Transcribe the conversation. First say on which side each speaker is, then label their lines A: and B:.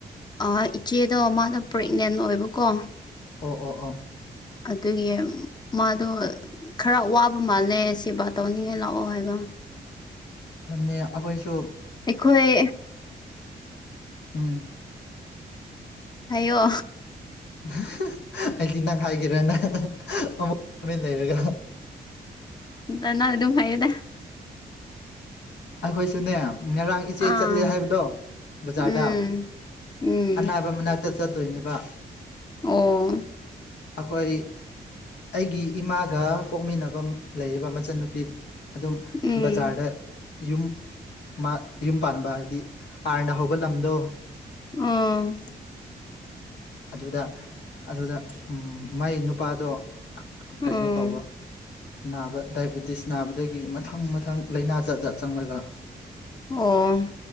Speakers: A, on the left; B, on the left.
A: ꯑ ꯏꯆꯦꯗꯣ ꯃꯥꯗꯣ ꯄ꯭ꯔꯦꯒꯅꯦꯟ ꯑꯣꯏꯕꯀꯣ
B: ꯑꯣ ꯑꯣ ꯑꯣ
A: ꯑꯗꯨꯒꯤ ꯃꯥꯗꯣ ꯈꯔ ꯋꯥꯕ ꯃꯥꯜꯂꯦ ꯁꯦꯕꯥ ꯇꯧꯅꯤꯡꯉꯥꯏ ꯂꯥꯛꯑꯣ ꯍꯥꯏꯕ <inaudible>
B: ꯍꯟꯅꯦ ꯑꯈꯣꯏꯁꯨ
A: ꯑꯩꯈꯣꯏ
B: ꯎꯝ
A: ꯍꯩꯌꯣ
B: <unintelligible> ꯑꯩꯏꯗꯤ ꯅꯪ ꯍꯥꯏꯒꯦꯔꯅ ꯑꯃꯨꯛ ꯇꯨꯃꯤꯟ ꯂꯩꯔꯒ
A: ꯅꯅꯪ ꯑꯗꯨꯝ ꯍꯥꯏꯌꯣꯗ
B: ꯑꯈꯣꯏꯁꯨꯅꯦ ꯉꯔꯥꯡ ꯏꯆꯦ
A: ꯑꯥ
B: ꯆꯠꯂꯦ ꯍꯥꯏꯕꯗꯣ ꯕꯖꯥꯔꯗ
A: ꯎꯝ ꯎꯝ
B: ꯑꯅꯥꯕ ꯃꯅꯥꯛ ꯇ ꯆꯠꯇꯣꯏꯅꯦꯕ
A: ꯑꯣ
B: ꯑꯩꯈꯣꯏ ꯑꯩꯒꯤ ꯏꯃꯥꯒ ꯄꯣꯛꯃꯤꯟꯅꯕ ꯃ ꯂꯩꯌꯦꯕ ꯃꯆꯟꯅꯨꯄꯤ ꯑꯗꯨꯝ
A: ꯎꯝ
B: ꯕꯖꯥꯔꯗ ꯌꯨꯝ ꯃꯥ ꯌꯨꯝ ꯄꯥꯟꯕ ꯍꯥꯏꯗꯤ ꯑꯥꯔꯅ ꯍꯧꯕ ꯂꯝꯗꯣ
A: ꯑꯝ
B: ꯑꯗꯨꯗ ꯑꯗꯨꯗ ꯎꯝ ꯃꯥꯏ ꯅꯨꯄꯥꯗꯣ ꯀꯩꯅꯣ
A: ꯎꯝ
B: ꯇꯧꯕ ꯅꯥꯕ ꯗꯥꯏꯕꯦꯇꯤꯁ ꯅꯥꯕꯗꯒꯤ ꯃꯊꯪ ꯃꯊꯪ ꯂꯩꯅꯥ ꯖꯥꯠꯖꯥꯠ ꯆꯪꯂꯒ
A: ꯑꯣ